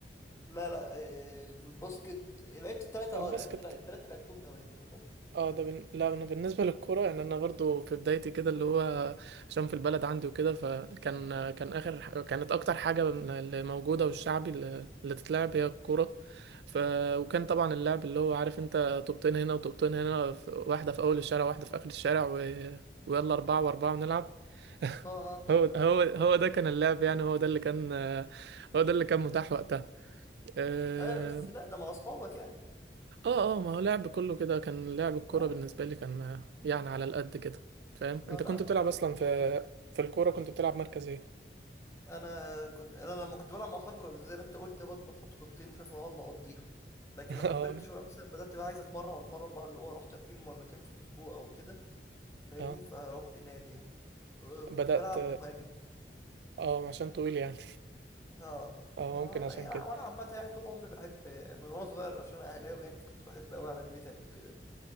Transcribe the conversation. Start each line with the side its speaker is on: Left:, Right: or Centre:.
Left: لا لا آه، الباسكت لعبت الثلاثه
Right: الباسكت
Left: اه لعبت لا الثلاثه لعبتهم نوادي يعتبر
Right: اه ده بن... لا انا بالنسبه للكوره يعني انا برضو في بدايتي كده اللي هو عشان في البلد عندي وكده فكان كان اخر ح- كانت اكتر حاجه اللي موجوده والشعبي اللي, اللي تتلعب هي الكوره ف... وكان طبعا اللعب اللي هو عارف انت طوبتين هنا وطوبتين هنا في... واحده في اول الشارع واحده في اخر الشارع و... ويلا اربعه واربعه ونلعب <laughs>
Left: اه اه طبعا
Right: هو هو هو ده كان اللعب يعني هو ده اللي كان هو ده اللي كان متاح وقتها آه،
Left: ايوه بس لا ده مع اصحابك يعني
Right: اه اه ما هو لعب كله كده كان لعب الكورة
Left: ما
Right: بالنسبة لي كان آه، يعني على القد كده فاهم انت
Left: لا, لا
Right: كنت
Left: كلنا
Right: بتلعب اصلا
Left: كنا كده
Right: في في الكورة كنت بتلعب مركز ايه
Left: انا كنت انا لما كنت بلعب مع اصحابي كنا زي ما انت قلت برضه بنحط طوبتين وشايف نقعد نقضيها لكن
Right: <laughs>
Left: لما
Right: اه
Left: كبرت شويه بالظبط مثلا بدات بقى عايز اتمرن اتمرن بقى اللي هو اروح تمرين مرتين في الاسبوع او كده فاهمني
Right: اه
Left: فروحت نادي يعني آه، كنت
Right: بدأت
Left: بلعب مهاجم
Right: اه عشان طويل يعني
Left: اه
Right: اه
Left: اه
Right: ممكن عشان
Left: يعني انا
Right: كده
Left: وأنا عامه يعني طول عمري بحب من وانا صغير عشان أنا اهلاوي يعني فكنت بحب قوي عماد متعب وكده